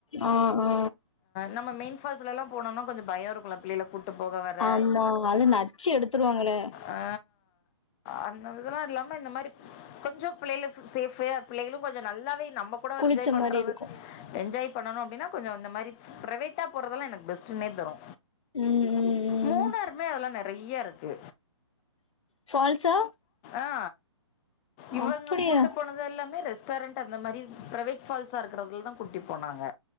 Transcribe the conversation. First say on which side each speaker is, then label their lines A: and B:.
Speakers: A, on the left (about 80°); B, on the left (about 20°).
A: ஆ ஆ
B: நம்ம மெயின் ஃபால்ஸ்லல்லாம் போனோன்னா கொஞ்சம் பயம் இருக்குல்ல பிள்ளைகள கூட்டு போக வர
A: ஆமா அது நச்சு எடுத்துருவாங்களே
B: ஆ அந்த இதுலாம் இல்லாம இந்த மாரி கொஞ்சொ பிள்ளைகளுக்கு சேஃப் பிள்ளைகளும் கொஞ்சொ நல்லாவே நம்ம
A: குளிச்ச
B: என்ஜாய் பண்றது
A: மாரி இருக்கு
B: என்ஜாய் பண்ணணும் அப்டின்னா கொஞ்ச அந்த மாரி பிரைவேட்டா போறதெல்லா எனக்கு பெஸ் ட்டுனே தோனு
A: ம் ம்
B: மூணாருமே
A: ம்
B: அதெல்லாம் நெ ட்ரையா இருக்கு
A: ஃபால்ஸா
B: ஆ இவங்க
A: அப்டியா
B: கூட்டு போனது எல்லாமே ரெஸ் கரண்ட் அந்த மாரி பிரவேட் ஃபால்ஸா இருக்கிறதுல தா கூட்டி போனாங்க